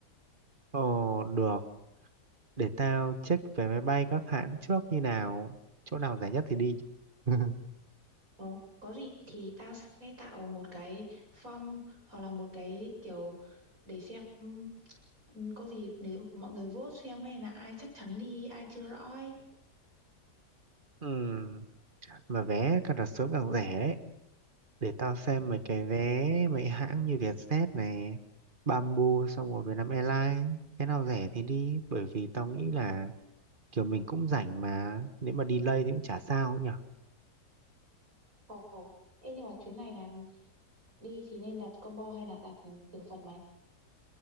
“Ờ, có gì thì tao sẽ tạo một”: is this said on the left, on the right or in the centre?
Right